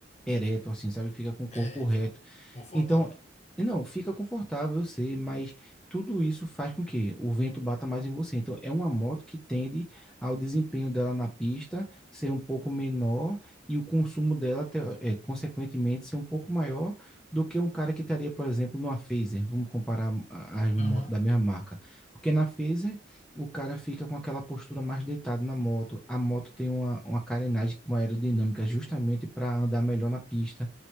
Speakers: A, in the centre; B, on the left (about 35°).
A: ereto, assim, sabe? Fica com o corpo
B: É,
A: reto.
B: fica confortável.
A: Então, não, fica confortável, eu sei, mas tudo isso faz com que o vento bata mais em você. Então, é uma moto que tende ao desempenho dela na pista ser um pouco menor e o consumo dela, te- é, consequentemente, ser um pouco maior do que um cara que estaria, por exemplo, numa Fazer. Vamos comparar a- as motos
B: Aham,
A: da mesma marca. Porque na Fazer, o cara fica com aquela postura mais deitado na moto. A moto tem uma, uma carenagem com aerodinâmica justamente para andar melhor na pista.